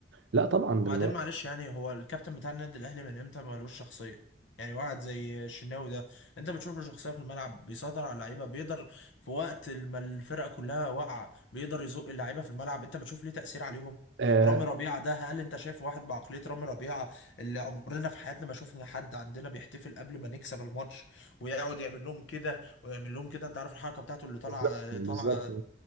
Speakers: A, on the right; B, on the left.
A: لا طبعا
B: وبعدين
A: دلوقتي
B: معلش يعني هو الكابتن بتاع النادي الاهلي من امتى مالوش شخصيه يعني واحد زي الشناوي ده انت بتشوف له شخصيه في الملعب بيسيطر على اللعيبه بيقدر في وقت ما الفرقه كلها واقعه بيقدر يزق اللعيبه في الملعب انت بتشوف ليه تاثير عليهم
A: آه
B: رامي ربيعه ده هل انت شايف واحد بعقليه رامي ربيعه اللي عمرنا في حياتنا ما شفنا حد عندنا بيحتفل قبل ما نكسب الماتش ويقعد يعمل لهم كده ويعمل لهم كده انت عارف الحركه بتاعته اللي طالعه
A: بالظبط بالظبط
B: طالعه اه